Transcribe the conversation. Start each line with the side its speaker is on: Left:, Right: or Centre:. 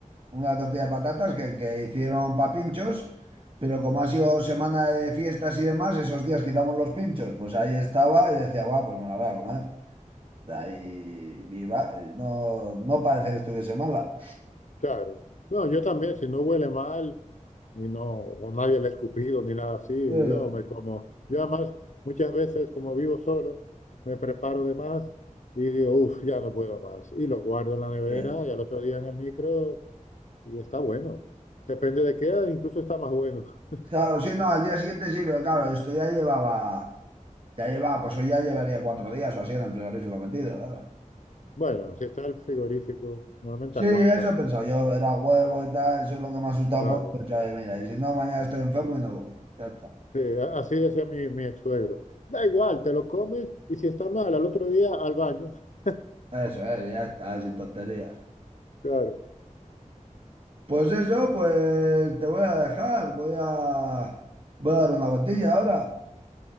Right: una tortilla de patatas que, que hicieron para pinchos, pero como ha sido semana de fiestas y demás, esos días quitamos los pinchos, pues ahí estaba y decía, va, pues me la voy a comer. ahí viva, eh, no, no parece que estuviese mala.
Left: claro. No, yo también, si no huele mal y no, o nadie le ha escupido ni nada así, y
Right: Eso.
Left: yo me como, yo además muchas veces como vivo solo, me preparo de más y digo, uff, ya no puedo más. Y lo guardo en la nevera
Right: Sí.
Left: y al otro día en el micro. Y está bueno. Depende de qué, edad incluso está más bueno. <laughs>
Right: Claro, sí, no, al día siguiente sí, pero claro, esto ya llevaba, ya llevaba, pues hoy ya llevaría cuatro días o así en el frigorífico metido, claro.
Left: Bueno, si está el frigorífico, normalmente
Right: Sí,
Left: aguantan,
Right: eso he pensado yo, era huevo y tal, eso es lo que me ha asustado
Left: claro.
Right: un poco. he pensado, oye, mira, y si no, mañana estoy enfermo y no voy. Ya está.
Left: Sí, a- así decía mi, mi ex suegro. Da igual, te lo comes y si está mal, al otro día al baño. <laughs>
Right: Eso es, ya está, sin tonterías.
Left: Claro.
Right: Pues eso, pues te voy a dejar, voy a, voy a dar una vueltilla ahora.